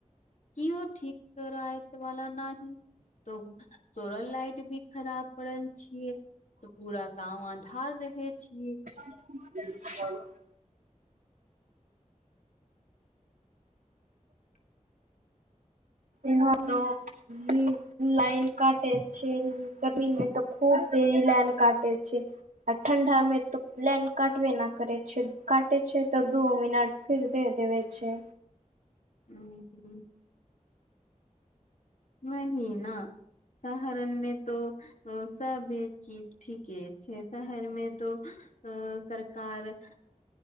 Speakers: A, on the left (about 70°); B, on the right (about 85°).
A: कओ ठीक करा वाला न है तऽ सोरल लाइट भी खराब पड़ल छियै तऽ पूरा गाँंव आधार रहे छियै
B: हुँ <unintelligible>
A: <unintelligible>
B: इहाँ त लाइन काटे छै गरीमे तऽ खूब देरी लाइन काटे छै आ ठंडा मे तऽ लाइन काटबे न करे छै काटे छै तऽ दू मिनट फिर दे देबे छै
A: हुँ हुँ वही न सहरनमे तो ओ सब चीज ठीके छै शहरमे तो अ सरकार अ